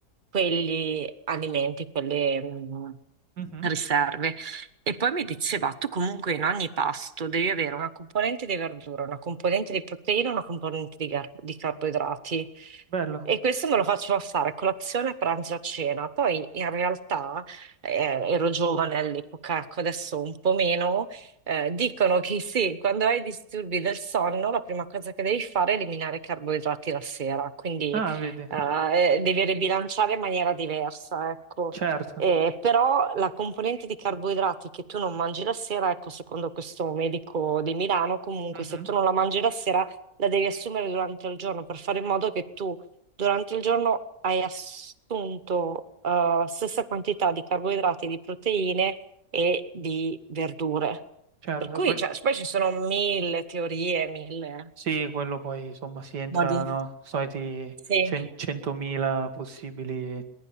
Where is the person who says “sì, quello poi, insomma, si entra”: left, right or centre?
Right